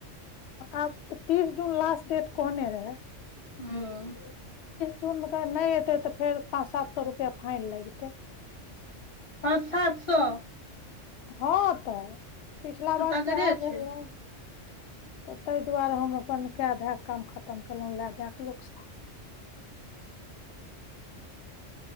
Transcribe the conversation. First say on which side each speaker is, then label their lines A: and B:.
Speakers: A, on the left; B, on the left.
A: आब तीस जून लास्ट डेट कहने रहै
B: हुं
A: चुन कऽ नहि एतै तऽ फेर पाँच सात सए रुपआ फाइन लगतै
B: हँ पाॅंच सात सए
A: हँ तऽ पिछला बार
B: तगड़े
A: तऽ इएह भेलै
B: छै
A: तऽ ताहि दुआरे हम अपन कए धए क काम खतम केलहुँ लए दए कऽ लोक सॅं